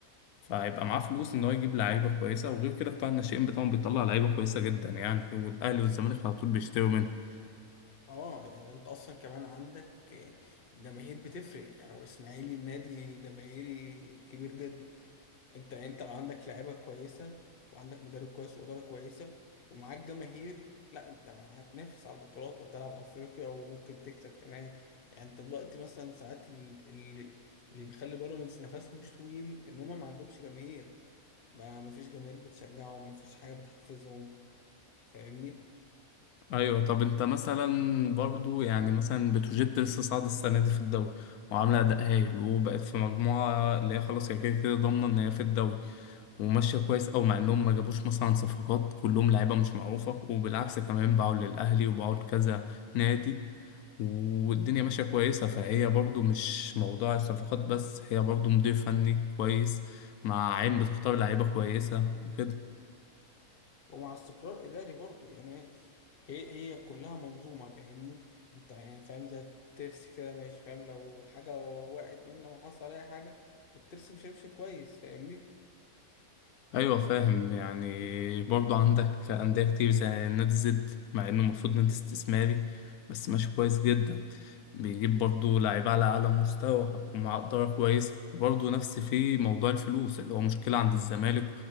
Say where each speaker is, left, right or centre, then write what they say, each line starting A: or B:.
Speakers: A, on the left; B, on the left.
A: فهيبقى معاه فلوس إن هو يجيب لعيبة كويسة وغير كده بتاع الناشئين بتاعهم بيطلع لعيبة كويسة جدا يعني والأهلي والزمالك على طول بيشتروا منه
B: اه يعني انت اصلا كمان عندك جماهير بتفرق يعني والاسماعيلي نادي جماهيري كبير جدا انت انت لو عندك لعيبه كويسه وعندك مدرب كويس واداره كويسه ومعاك جماهير لا انت هتنافس على البطولات وهتلعب افريقيا وممكن تكسب كمان يعني انت دلوقتي مثلا ساعات ال- ال- اللي بيخلي بيراميدز نفسها مش طويل ان هما ما عندهمش جماهير ما ما فيش جماهير بتشجعهم ما فيش حاجه بتحفزهم فاهمني
A: ايوه طب انت مثلا برضو يعني مثلا بتروجيت لسه صاعده السنه دي في الدوري وعامله اداء هايل وبقت في مجموعه اللي هي خلاص هي كده كده ضامنه ان هي في الدوري وماشيه كويس أوي مع انهم ما جابوش مثلا صفقات كلهم لعيبه مش معروفه وبالعكس كمان باعوا للاهلي وباعوا لكذا نادي والدنيا ماشيه كويسه فهي برضو مش موضوع الصفقات بس هي برضو مدير فني كويس مع عين بتختار لعيبه كويسه وكده
B: ومع استقرار إداري برضو يعني هي هي كلها منظومة فاهمني انت يعني فاهم زي الترس كده ماشي فاهم لو حاجة وقعت منه وحصل أي حاجة الترس مش هيمشي كويس فاهمني
A: ايوه فاهم يعني برضو عندك انديه كتير زي نادي زد مع انه المفروض نادي استثماري بس ماشي كويس جدا بيجيب برضو لعيبه على اعلى مستوى ومع اداره كويسه وبرضو نفس في موضوع الفلوس اللي هو مشكله عند الزمالك